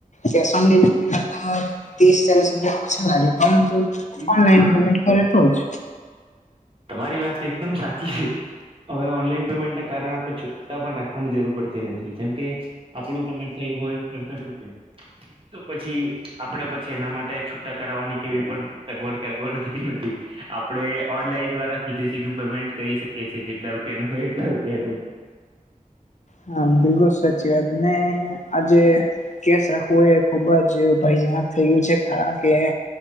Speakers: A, on the left (about 55°); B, on the right (about 40°).
A: cash on delivery કા તો તીસ ચાલીસ રૂપિયા ઓછા આવે પરંતુ
B: તમ
A: ઓનલાઈન પેમેન્ટ કરે તોજ
B: તમારી વાત એકદમ સાચી છે. હવે ઓનલાઈન પેમેન્ટના કારણે આપડે છૂટા પણ રાખવાની જરૂર પડતી ન થી જેમકે આપણું પેમેન્ટ થયું હોય સડસઠ રૂપિયા તો પછી આપડે પછી એના માટે છુટ્ટા કરાવાની કેવી પણ સગવડ કે અગવડતી નથી. આપડે ઓનલાઈન દ્વારા સીધે સીધું પેમેન્ટ કરી શકીએ છીએ જેટલા રૂપિયાનું હોય એટલા રૂપિયાનું.
A: હા, બિલકુલ સાચી વાત ને આજે કેસ રાખવો એ ખુબ જ ભયજનક થયું છે કારણ કે